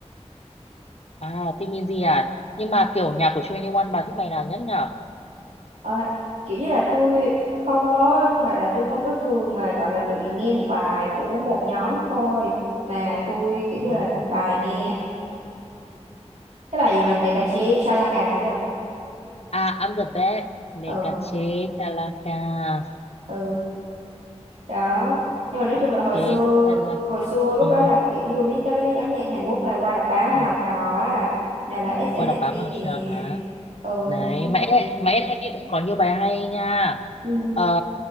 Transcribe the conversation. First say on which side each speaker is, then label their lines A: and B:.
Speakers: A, on the left; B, on the right.
A: à thích Minzy à nhưng mà kiểu nhạc của 21 bà thích bài nào nhất nhở
B: Ờ, kiểu như là tôi không có gọi là tôi không có thường mà gọi là luyện nghe một bài của một nhóm thôi mà tôi kiểu như
A: ừ.
B: là bài nghe cái bài gì mà Nekache Chalaka biết không
A: à I'm the best Lekache
B: ừ
A: Talaka
B: ừ đó nhưng mà nói
A: Lekache
B: chung là hồi xưa
A: Talaka
B: hồi xưa
A: ừ.
B: lúc đó là kiểu như biết tới mấy cái nhóm nhạc Hàn Quốc là qua đọc báo
A: ừ.
B: hay học trò á nào là SNSD
A: qua đọc báo học
B: kìa
A: sao hả
B: ừ
A: đấy
B: xong rồi
A: mẹ mẹ em em đi cũng có nhiều bài hay nha
B: ừ,
A: ờ,